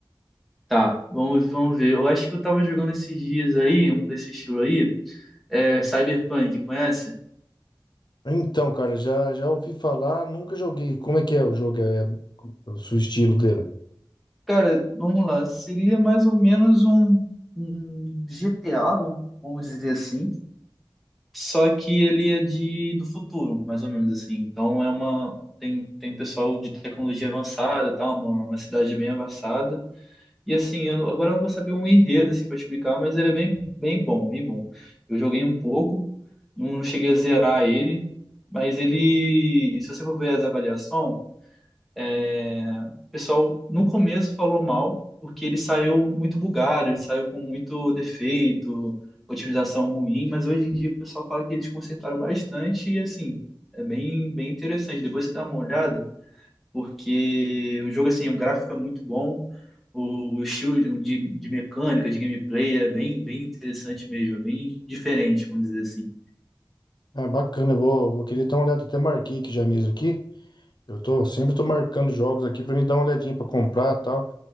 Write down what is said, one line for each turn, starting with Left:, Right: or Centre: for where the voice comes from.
Centre: tá, vamos, vamos ver. Eu acho que eu tava jogando esses dias aí, um desse estilo aí, é Cyberpunk, conhece?
Left: Então, cara, já, já ouvi falar, nunca joguei. Como é que é o jogo? É o seu estilo dele.
Centre: Cara, vamos lá. Seria mais ou menos um, um GTA, vamos vamos dizer assim. Só que ele é de do futuro, mais ou menos assim. Então é uma tem tem pessoal de tecnologia avançada, tá? Uma, uma cidade bem avançada. E assim, eu não- agora eu não vou saber um enredo assim para explicar, mas ele é bem bem bom, bem bom. Eu joguei um pouco, não, não cheguei a zerar ele, mas ele, se você for ver as avaliações é, o pessoal no começo falou mal, porque ele saiu muito bugado, ele saiu com muito defeito, otimização ruim, mas hoje em dia o pessoal fala que eles consertaram bastante e assim, é bem, bem interessante. Depois você dá uma olhada, porque o jogo assim, o gráfico é muito bom, o estilo de, de de mecânica, de gameplay é bem, bem interessante mesmo, é bem diferente, vamos dizer assim.
Left: É bacana, eu vou, vou querer dar uma olhada. Até marquei aqui já mesmo aqui. Eu tô, sempre tô marcando jogos aqui pra me dar uma olhadinha pra comprar e tal.